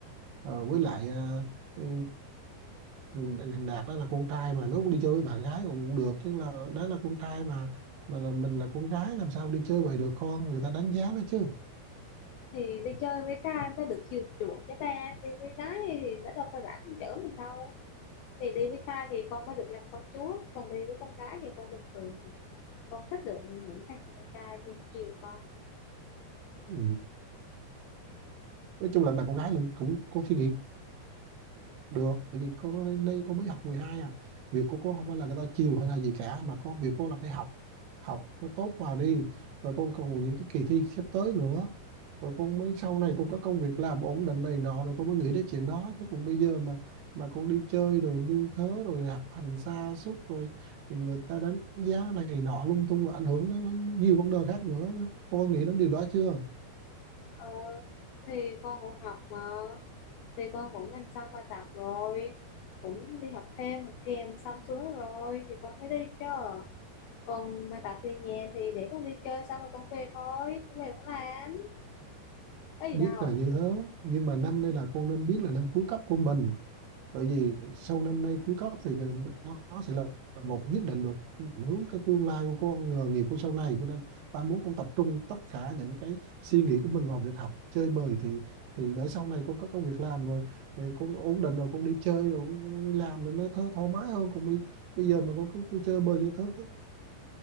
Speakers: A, on the right; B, on the left.
A: Ờ, với lại à, ừ, ừ, thằng Đạt đó là con trai mà nó cũng đi chơi với bạn gái cũng cũng được chứ là đó là con trai mà mà là mình là con gái làm sao đi chơi vậy được con người ta đánh giá nó chứ
B: thì đi chơi với trai mới được chiều chuộng chứ ba đi với gái thì nó đâu có rảnh chở mình đâu thì đi với trai thì con mới được làm công chúa còn đi với con gái thì con bình thường con thích được những thằng con trai luôn chiều con
A: ừ. nói chung là đàn con gái là cũng có suy nghĩ được tại vì cô lên đây cô mới học 12 à việc của cô không phải là người ta chiều hay là gì cả mà có việc cô là phải học học nó tốt vào đi rồi con còn những cái kỳ thi sắp tới nữa rồi con mới sau này con có công việc làm ổn định này nọ rồi con mới nghĩ đến chuyện đó chứ còn bây giờ mà mà con đi chơi rồi lương thớ rồi học hành sa sút rồi thì người ta đánh giá này nọ lung tung và ảnh hưởng đến nó nhiều vấn đề khác nữa con có nghĩ đến điều đó chưa
B: ờ, thì con cũng học mà thì con cũng làm xong bài tập rồi cũng đi học thêm mà kèm xong xuôi rồi thì con mới đi chứ còn bài tập về nhà thì để con đi chơi xong rồi con về thôi con về con làm có gì
A: biết
B: đâu
A: là như thế nhưng mà năm đây là con nên biết là năm cuối cấp của mình bởi vì sau năm nay cuối cấp thì nó sẽ là một quyết định được hướng cái tương lai của con nghề nghiệp của sau này cho nên ba muốn con tập trung tất cả những cái suy nghĩ của mình vào việc học chơi bời thì thì để sau này con có công việc làm rồi thì con ổn định rồi con đi chơi rồi con đi làm rồi nó thơ thoải mái hơn còn bây bây giờ mà con cứ, cứ chơi bời như thứ